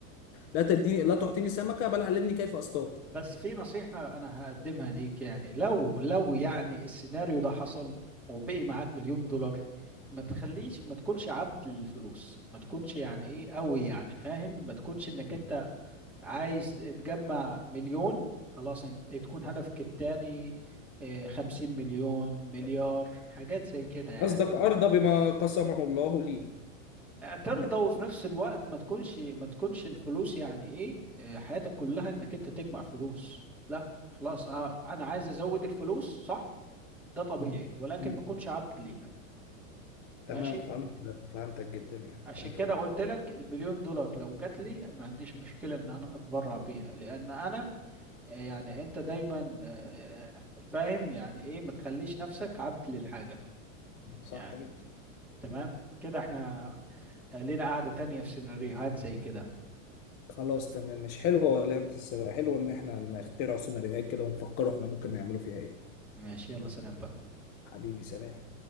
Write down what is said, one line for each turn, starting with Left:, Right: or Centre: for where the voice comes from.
Left: لا تديني لا تعطيني سمكة بل علمني كيف اصطاد
Centre: بس في نصيحة أنا هقدمها ليك يعني لو لو يعني السيناريو ده حصل وبقي معاك مليون دولار ما تخليش ما تكونش عبد للفلوس ما تكونش يعني إيه قوي يعني فاهم ما تكونش إنك
Left: مم.
Centre: أنت عايز تجمع مليون خلاص إن- تكون هدفك التاني آه، خمسين مليون مليار حاجات زي كده يعني
Left: قصدك ارضى بما قسمه الله لي
Centre: ترضى وفي نفس الوقت ما تكونش ما تكونش الفلوس يعني ايه آه، حياتك كلها انك انت تجمع فلوس لا خلاص آه، انا عايز ازود الفلوس صح ده طبيعي ولكن
Left: مم.
Centre: ما اكونش عبد ليها
Left: تمام
Centre: ماشي
Left: فهمت فهمتك جدا يعني
Centre: عشان
Left: فهمته
Centre: كده
Left: جدا
Centre: قلت لك المليون دولار لو جات لي ما عنديش مشكلة ان انا اتبرع بيها لان انا آه، يعني انت دايما آه، فاهم يعني ايه ما تخليش نفسك عبد للحاجة
Left: صح
Centre: يعني
Left: جدا
Centre: تمام كده احنا آه، لينا قاعدة تانية في سيناريوهات زي كده
Left: خلاص تمام مش حلوة لعبة السلة حلوة ان احنا نخترع سيناريوهات كده ونفكروا احنا ممكن نعمله فيها ايه
Centre: ماشي يلا سلام بقى
Left: حبيبي سلام